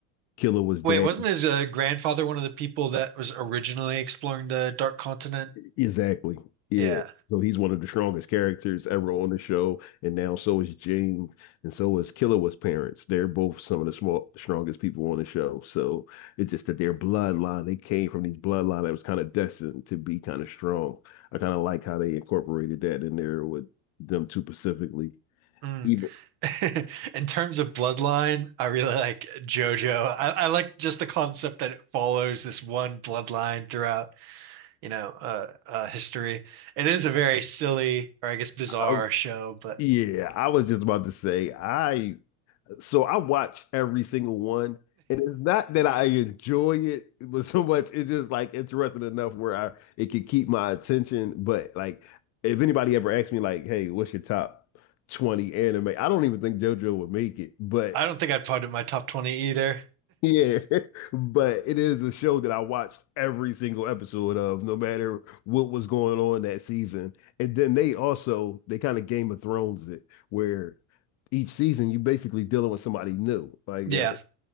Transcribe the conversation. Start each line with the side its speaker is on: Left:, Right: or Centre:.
Left: Killer was
Right: wait,
Left: dead.
Right: wasn't his uh, grandfather one of the people that was originally exploring the Dark Continent?
Left: Exactly. Yeah.
Right: Yeah.
Left: So he's one of the strongest characters ever on the show, and now so is Jane, and so is Killer was parents. They're both some of the small strongest people on the show. So it's just that their bloodline, they came from these bloodline that was kind of destined to be kind of strong. I kind of like how they incorporated that in there with them two specifically.
Right: Mm.
Left: even
Right: <laughs> In terms of bloodline, I really like JoJo. I, I like just the concept that it follows this one bloodline throughout, you know, uh, uh, history. It is a very silly, or I guess bizarre
Left: Oh,
Right: show, but
Left: yeah, I was just about to say I so I watched every single one, and it's not that I enjoy it, but so much it's just like interesting enough where I it could keep my attention. But like, if anybody ever asked me like, "Hey, what's your top 20 anime?" I don't even think JoJo would make it, but
Right: I don't think I'd put it in my top 20 either.
Left: Yeah, <laughs> but it is a show that I watched every single episode of, no matter what was going on that season. And then they also they kind of Game of Thrones it, where each season you basically dealing with somebody new. Like
Right: Yeah.
Left: uh,